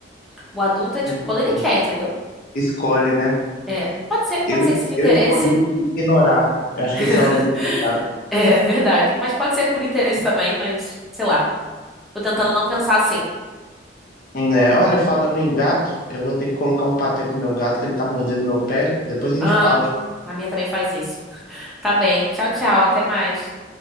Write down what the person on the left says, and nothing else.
Uhum.
Escolhe, né?
Eu,
eu escolhi ignorar. Eu acho
que esse é o lema do meu gato.
Né? Olha, falando em gato, eu vou ter que colocar um patê pro meu gato, que ele tá mordendo meu pé. Depois a gente
fala.